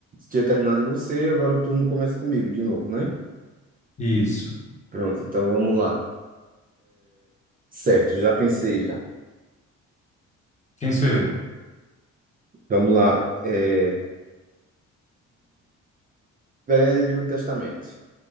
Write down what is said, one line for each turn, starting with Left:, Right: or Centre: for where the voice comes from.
Right: tinha terminado em você, agora o turno começa comigo de novo, né?
Left: Isso.
Right: Pronto, então vamos lá. Certo, já pensei já.
Left: Quem sou eu?
Right: Vamos lá. É, Velho Testamento.